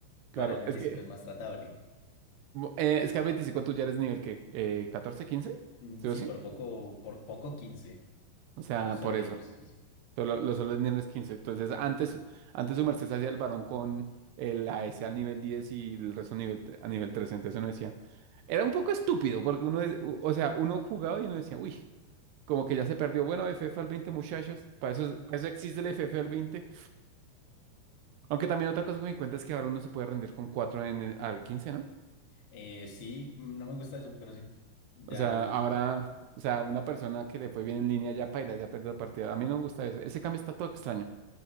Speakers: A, on the right; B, on the left.
A: Claro,
B: Para el veinticinco
A: es que
B: es más tratable.
A: Eh, Es que Scar 25, tú ya eres nivel que eh, 14, 15,
B: Mm,
A: ¿sí
B: Sí,
A: o sí?
B: por poco, por poco 15
A: O sea,
B: los solo
A: por
B: laners.
A: eso.
B: Sí, sí,
A: Solo, los solo niveles 15. Entonces, antes, antes su merced se hacía el varón con el A S al nivel 10 y el resto nivel, a nivel 13. Entonces uno decía, era un poco estúpido porque uno, de- u- o sea, uno jugaba y uno decía, uy, como que ya se perdió. Bueno, FF al 20 muchachos. Para eso, para eso existe el FF al veinte Aunque también otra cosa que me di cuenta es que ahora uno se puede rendir con 4 en el, al 15, ¿no?
B: Eh, sí, mm, no me gusta eso, pero sí. Ya
A: O sea,
B: los,
A: ahora, o sea, una persona que le fue bien en línea ya paila, ya perdió la partida. A mí no me gusta eso. Ese cambio está todo extraño.